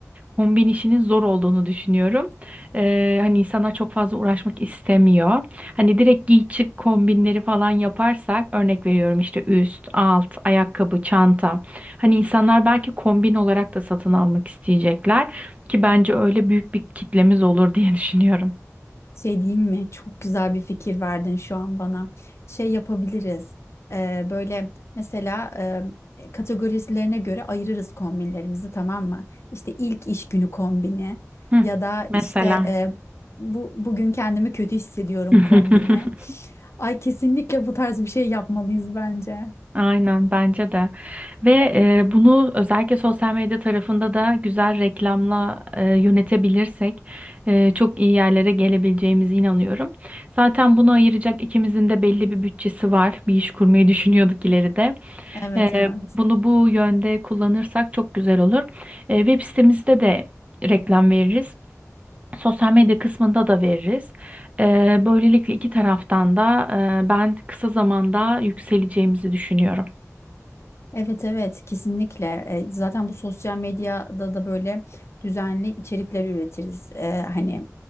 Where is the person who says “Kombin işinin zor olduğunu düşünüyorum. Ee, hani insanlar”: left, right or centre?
Right